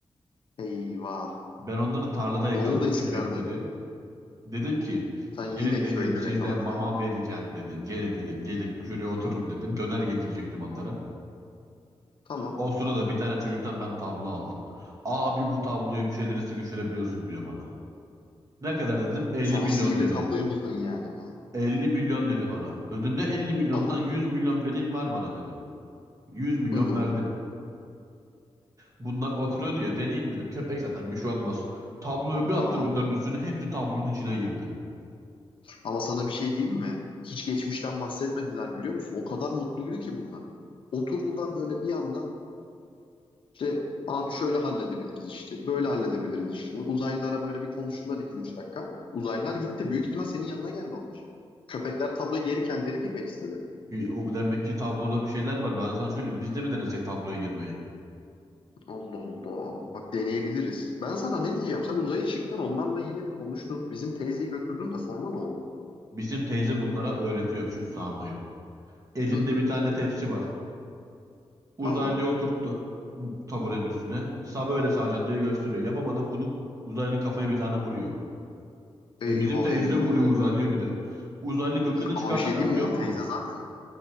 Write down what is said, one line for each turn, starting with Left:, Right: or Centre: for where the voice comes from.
Left: Eyvah.
Right: Ben onları tarlada yakaladım
Left: Ne oldu eskilerde?
Right: köpekleri. Dedim ki
Left: Sen yine
Right: gelin dedim
Left: köyde
Right: size
Left: yakaladın
Right: mama
Left: ha.
Right: vereceğim dedim. Gelin dedim gelin şuraya oturun dedim. Döner getirecektim onlara.
Left: Tamam.
Right: O sırada bir tane çocuktan ben tablo aldım. Abi bu tabloyu bir şeyleri sıkıştırabiliyorsun diyor bana. Ne kadar dedim 50
Left: Sen
Right: milyon
Left: o sihirli
Right: dedi.
Left: tabloyu buldun yani ha.
Right: 50 milyon dedi bana. Dedim ne 50 milyonundan
Left: <laughs>
Right: 100 milyon vereyim var bana dedim. 100 milyon
Left: Hı hı.
Right: verdim. Bunlar oturuyor diye deneyeyim dedim. Köpek zaten bir şey olmaz. Tabloyu bir attı
Left: Tamam.
Right: bunların üstüne. Hepsi tablonun içine girdi.
Left: Ama sana bir şey diyeyim mi? Hiç geçmişten bahsetmediler biliyor musun? O kadar mutluydu ki bunlar. Oturdular böyle bir anda işte abi şöyle halledebiliriz işte. Böyle halledebiliriz işte. Uzaylılara böyle bir konuştular iki üç dakika. Uzaylılar gitti. Büyük ihtimal senin yanına geldi onlar. Köpekler tabloya geri kendileri girmek istedi.
Right: Y- O demek ki tabloda bir şeyler var. Ben sana söyleyeyim. Biz de mi denesek tabloya girmeyi?
Left: Allah Allah. Bak deneyebiliriz. Ben sana ne diyeceğim? Sen uzaya çıktın onlarla yine bir konuştun. Bizim teyzeyi götürdün de sonra ne oldu?
Right: Bizim teyze bunlara öğretiyor süt sağmayı. Elinde
Left: Hı hı.
Right: bir tane tepsi var. Uzaylıyı
Left: Tamam.
Right: oturttu taburenin üstüne. Sağ böyle sağacaksın diye gösteriyor. Yapamadım bunu. Uzaylının kafayı bir tane vuruyor. De
Left: Eyvah
Right: bizim teyze
Left: eyvah.
Right: vuruyor uzaylıya bir de. Uzaylı gıkını
Left: Ama
Right: çıkartamıyor
Left: bir şey diyeyim
Right: biliyor
Left: mi? O
Right: musun?
Left: teyze zaten